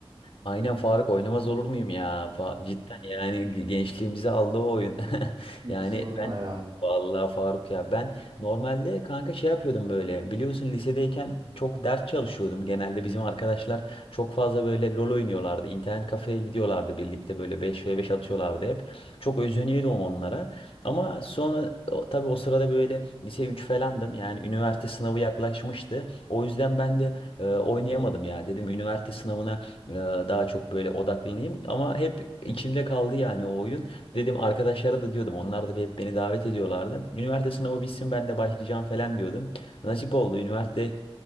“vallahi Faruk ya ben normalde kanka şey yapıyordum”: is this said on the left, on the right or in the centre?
Left